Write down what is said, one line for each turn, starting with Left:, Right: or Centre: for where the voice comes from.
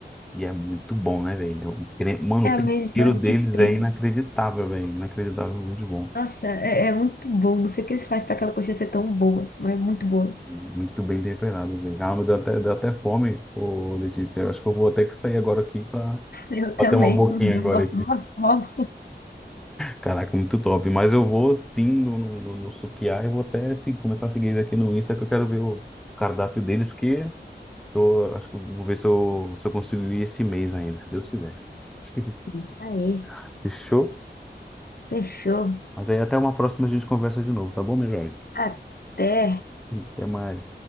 Centre: E é muito bom, né, velho? O cre- Mano,
Left: É
Centre: o
Left: a
Centre: tempero
Left: melhor
Centre: deles
Left: que tem.
Centre: é inacreditável, velho. Inacreditável, muito bom.
Left: Nossa, é, é muito bom. Não sei o que eles fazem para aquela coxinha ser tão boa, mas é muito boa.
Centre: Muito bem temperado, velho. Ah, me deu até, deu até fome, ô Letícia. Eu acho que eu vou ter que sair agora aqui pra
Left: <laughs> Eu
Centre: bater
Left: também.
Centre: uma boquinha agora.
Left: Nossa, uma fome.
Centre: Caraca, muito top. Mas eu vou sim no, no, no, no Sukiá e vou até assim, começar a seguir eles aqui no Insta, que eu quero ver o cardápio deles, porque tô, acho que eu vou ver se eu, se eu consigo ir esse mês ainda, se Deus quiser. <laughs>
Left: Isso aí.
Centre: Fechou?
Left: Fechou.
Centre: Mas aí até uma próxima a gente conversa de novo, tá bom, meu jovem?
Left: Até.
Centre: Até mais.